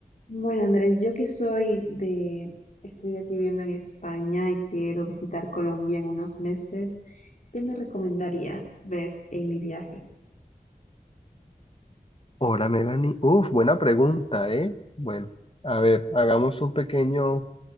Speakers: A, on the left; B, on the left.
A: Bueno, Andrés, yo que soy de, estoy aquí viviendo en España y quiero visitar Colombia en unos meses, ¿qué me recomendarías ver en mi viaje?
B: Hola Melanie, uf, buena pregunta, ¿eh? Bueno, a ver, hagamos un pequeño